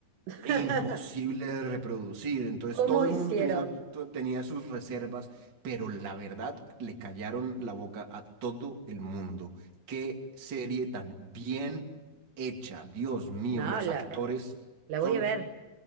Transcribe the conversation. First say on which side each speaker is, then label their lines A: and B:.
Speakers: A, on the right; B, on the right.
A: <laughs>
B: imposible de reproducir. Entonces
A: ¿Cómo
B: todo el
A: hicieron?
B: mundo tenía, to- tenía sus reservas, pero la verdad le callaron la boca a todo el mundo. Qué serie tan bien hecha, Dios mío,
A: No,
B: los
A: la,
B: actores
A: la
B: son
A: voy a ver.